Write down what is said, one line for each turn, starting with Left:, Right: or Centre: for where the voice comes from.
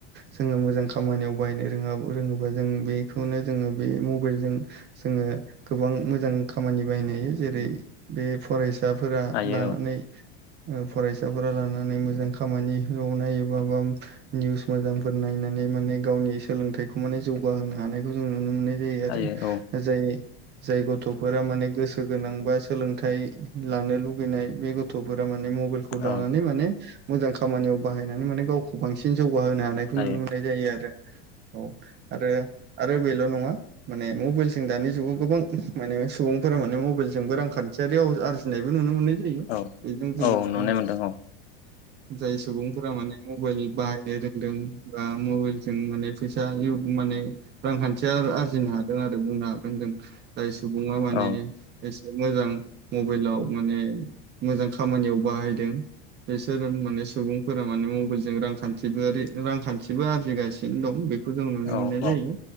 Right: जो मोजां खामानिआव बायनो रोङोबा जों बेखौनो जों बे म। मबाइलजों जोङो गोबां मोजां खामानि बाहायनो हायो जेरै। बे फरायसाफोरा
Left: हायो
Right: लानानै।
Left: औ
Right: फरायसाफोरा लानानै मोजां खामानिखौ नायोब बा निउस मोजांफोर नायनानै। माने गावनि सोलोंथाइखौ माने जौगाहोनो हानायखौ जों नुनो मोनो। जायोआरो
Left: हायो औ
Right: जाय जाय गथ'फोरा माने गोसो गोनांबा। सोलोंथाइ लानो लुुबैनाय बे गथ'फोरा माने मबाइलखौ लानानै
Left: औ
Right: माने। मोजां खामानियाव बाहायनानै माने गावखौ बांसिन जौ। गा होन हानायखौ
Left: हायो
Right: नुनो मोननाय जायो आरो औ आरो आरो बेल' नङा। माने मबाइलजों दानि जुगाव गोबां माने सुबुंफोरा माने मबाइबो रां खा खान्थियारियाव आरजिनायबो नुनो मोनो। जायो
Left: औ
Right: बेजों जों माने
Left: औ नुनाय मोनदों
Right: जाय सुबुंफोरा माने। मबाइल बाहायनो रोंदों बा मबाइलजों माने फैसा माने। रांखान्थिया आरजिनो हादों आरो बुंनो हागोन होन जों जाय सुबुङा माने
Left: औ
Right: एसे‌। मोजां मबाइलाव माने मोजां खामानियाव बाहायदों। बिसोर माने सुबुंफोरा माने मबाइलजों रांखान्थिबो रांखान्थिबो आरजिगासिनो दं बे। खौ जों नुनो
Left: औ
Right: मोननाय जायो
Left: औ